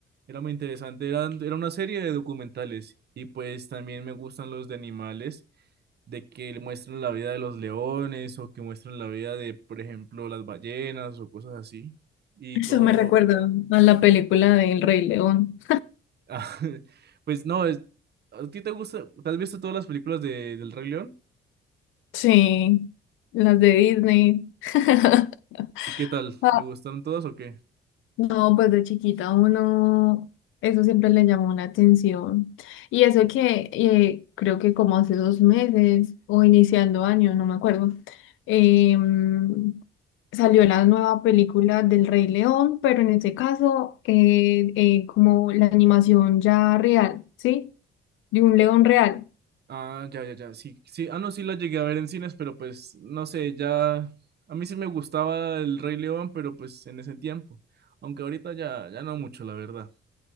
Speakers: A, on the right (about 55°); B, on the left (about 80°).
A: era muy interesante. Era, era una serie de documentales. Y pues también me gustan los de animales. de que le muestran la vida de los leones o que muestran la vida de, por ejemplo, las ballenas o cosas así. Y
B: Eso
A: todo.
B: me recuerda
A: <laughs>
B: a la película de El Rey León.
A: Ah, Pues no, es- ¿a ti te gusta? ¿Te has visto todas las películas de, del Rey León?
B: Sí, las de Disney. <laughs>
A: ¿Y qué tal?
B: Ah,
A: ¿Le gustaron todas o qué?
B: No, pues de chiquita uno, eso siempre le llamó la atención. Y eso que eh, creo que como hace dos meses o iniciando año, no me acuerdo, em, salió la nueva película del Rey León, pero en este caso eh, eh, como la animación ya real, ¿sí? De un león real.
A: Ah, ya, ya, ya, sí, sí, ah, no, sí la llegué a ver en cines, pero pues, no sé, ya, a mí sí me gustaba el Rey León, pero pues en ese tiempo, aunque ahorita ya, ya no mucho, la verdad, o